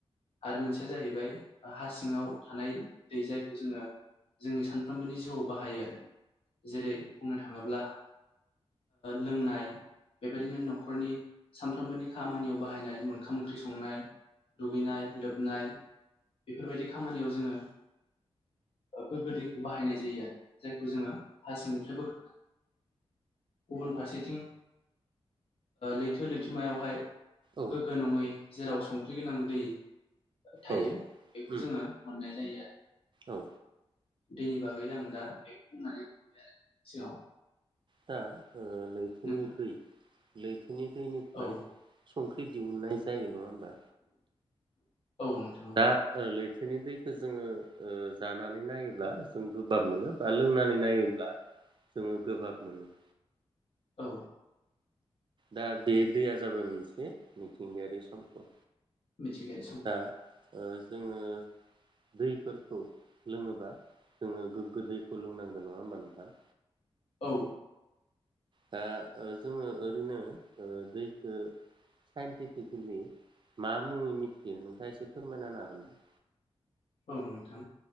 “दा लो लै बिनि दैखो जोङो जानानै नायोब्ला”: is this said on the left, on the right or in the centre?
Right